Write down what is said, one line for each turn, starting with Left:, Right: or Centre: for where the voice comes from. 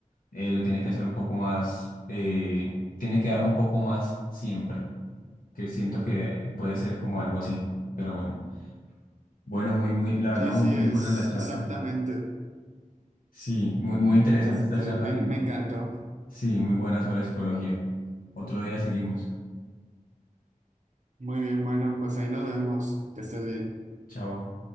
Left: eh, lo tiene que hacer un poco más, eh, tiene que dar un poco más siempre que siento que puede ser como algo así, pero bueno. Bueno, muy, muy, la verdad,
Right: sí,
Left: muy,
Right: sí,
Left: muy
Right: es
Left: buena la charla.
Right: exactamente.
Left: Sí, muy, muy interesante
Right: Este,
Left: esta charla,
Right: me,
Left: como,
Right: me encantó.
Left: sí, muy buena sobre psicología. Otro día seguimos.
Right: Muy bien, bueno, pues ahí nos vemos. Que estés bien.
Left: Chao.